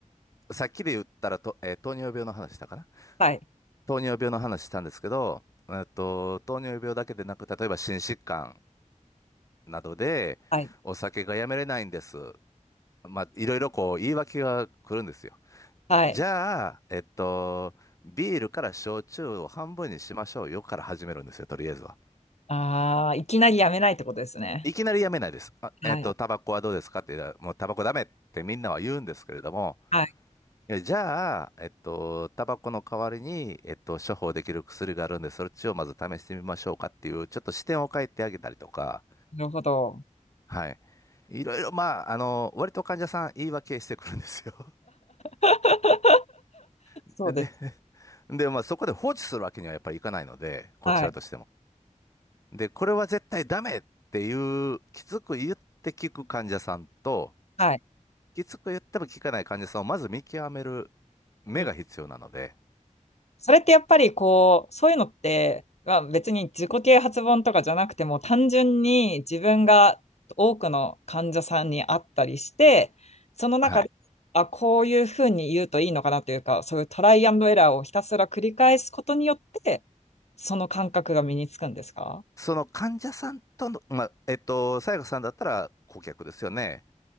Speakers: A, on the left; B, on the left.
A: あ、さっきで言ったらと、えー糖尿病の話したかな
B: はい、
A: 糖尿病の話したんですけど、えっと、糖尿病だけでなく、例えば心疾患などで、
B: はい、
A: お酒がやめれないんです。まあ、いろいろこう、言い訳が来るんですよ。
B: はい。
A: じゃあ、えっと、ビールから焼酎を半分にしましょうよから始めるんですよ、とりあえずは。
B: ああ、いきなりやめないってことですね。
A: いきなりやめないです。あえっと、
B: はい、
A: タバコはどうですかって言ったら、もうタバコダメってみんなは言うんですけれども、
B: はい、
A: えじゃあ、えっと、タバコの代わりに、えっと、処方できる薬があるんで、そっちをまず試してみましょうかっていう、ちょっと視点を変えてあげたりとか、
B: なるほど。
A: はい。いろいろ、まあ、あの、割と患者さん言い訳してくるんですよ。
B: <laughs>
A: <laughs>
B: そうです。
A: で、で、まあ、そこで放置するわけにはやっぱりいかないので、こちらとしても。
B: はい、
A: で、これは絶対ダメっていう、きつく言って聞く患者さんと、
B: はい。
A: きつく言っても聞かない患者さんをまず見極める目が必要なので、
B: うんそれってやっぱりこう、そういうのって、まあ、別に自己啓発本とかじゃなくても、単純に自分が多くの患者さんに会ったりして、その中で、
A: はい。
B: あ、こういうふうに言うといいのかなというか、そういうトライアンドエラーをひたすら繰り返すことによって、その感覚が身につくんですか
A: その患者さんとの、まあ、えっと、さやかさんだったら顧客ですよね。